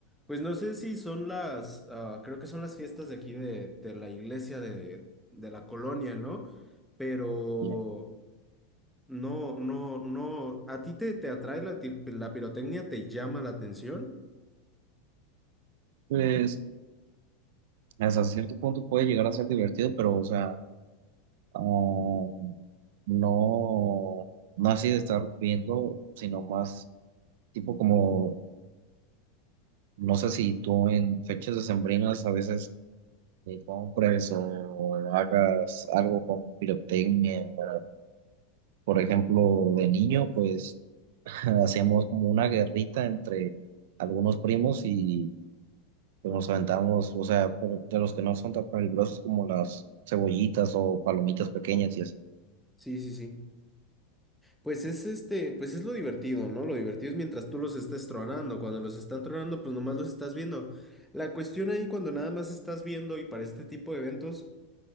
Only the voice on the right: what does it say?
Ya.
Pues hasta cierto punto puede llegar a ser divertido, pero o sea, um, no, no así de estar viendo, sino más tipo como, no sé si tú en fechas decembrinas a veces que compres o hagas algo con pirotecnia. ¿verdad? Por ejemplo, de niño, pues <laughs> hacíamos como una guerrita entre algunos primos y pues, nos aventamos, o sea, pero de los que no son tan peligrosos como las cebollitas o palomitas pequeñas y así.